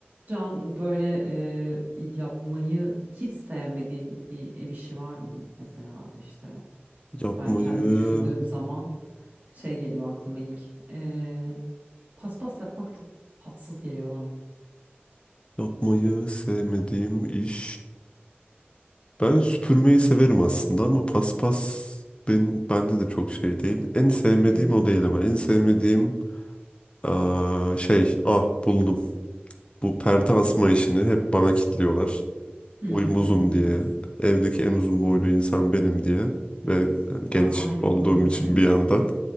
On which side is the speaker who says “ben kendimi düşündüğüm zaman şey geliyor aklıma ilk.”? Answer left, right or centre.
Right